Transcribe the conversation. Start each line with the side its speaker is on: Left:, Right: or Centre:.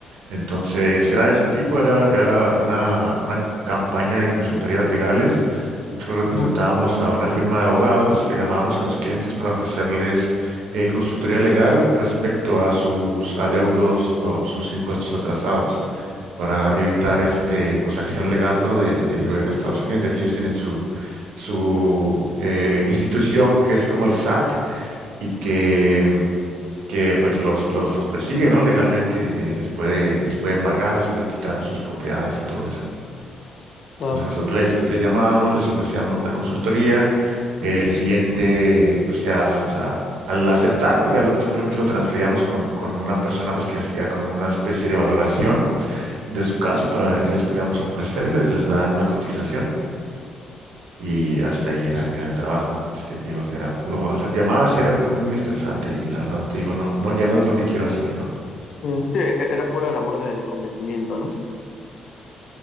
Right: Entonces, era de ese tipo, era, era una, una campaña de consultorías legales. Nosotros representábamos
Left: ujú,
Right: a una firma de abogados, le llamábamos a los clientes para ofrecerles eh, consultoría legal respecto a sus adeudos o sus impuestos atrasados, para evitar este, pues, acción legal, ¿no? de- del gobierno de Estados Unidos, ya que ellos tienen su, su eh, institución que es como el SAT y que que pues los, los, los persigue, ¿no? Legalmente eh, les puede, les puede embargar, les puede quitar sus propiedades y todo eso.
Left: ah,
Right: Entonces nosotros les, les llamábamos, les ofrecíamos la consultoría,
Left: ujú.
Right: eh, el cliente pues ya, o sea, al aceptar pues ya lo, simplemente lo transferíamos con, con una persona pues que hacía como una especie de valoración de su caso para ver qué les podíamos ofrecer, les, les dan una cotización. Y hasta ahí era, era el trabajo, este, te digo, era puro hacer llamadas y era muy estresante y la verdad te digo, no, no, ya no es lo que quiero hacer yo.
Left: Eh, Sí, e- era pura labor de, de convencimiento, ¿no?